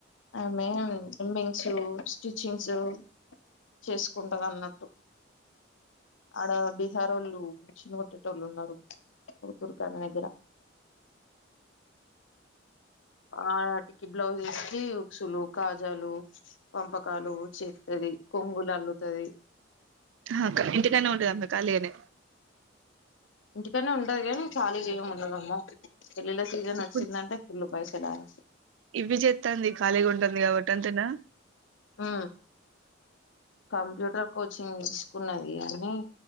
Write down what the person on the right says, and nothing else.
ఆ అక్క ఇంటికనే ఉంటది అంత ఖాళీగానే
ఇప్పుడు
ఇవి చెత్తాంది ఖాళీగా ఉంటంది కాబట్టి అంతేనా